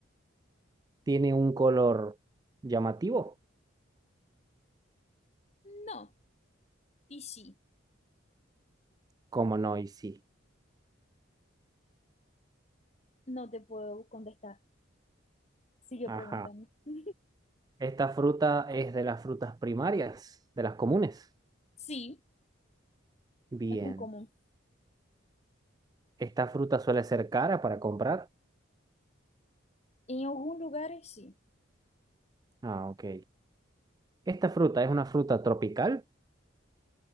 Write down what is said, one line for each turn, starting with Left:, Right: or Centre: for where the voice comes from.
Right: tiene un color llamativo,
Left: No, y sí,
Right: como no y sí.
Left: no te puedo contestar. Sigue
Right: Ajá.
Left: preguntando. <laughs>
Right: Esta fruta es de las frutas primarias, de las comunes.
Left: Sí,
Right: Bien.
Left: es muy común.
Right: Esta fruta suele ser cara para comprar.
Left: En algunos lugares sí.
Right: Ah, ok. Esta fruta es una fruta tropical.